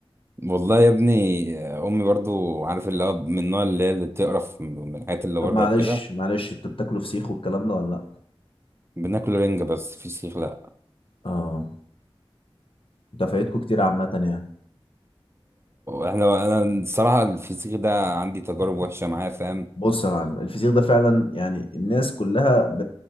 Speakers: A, on the right (about 25°); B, on the left (about 65°).
A: والله يا ابني امي برضو عارف اللي هو من النوع اللي هي اللي بتقرف من الحاجات اللي
B: طب
A: بره
B: معلش
A: وكده
B: معلش انت بتاكله فسيخ والكلام ده ولا لا
A: بناكل رنجة بس فسيخ لا
B: اه انت فايتكوا كتير عامه يعني
A: احنا انا الصراحة الفسيخ ده عندي تجارب وحشة معاه فاهم
B: بص يا معلم الفسيخ ده فعلا يعني الناس كلها ب...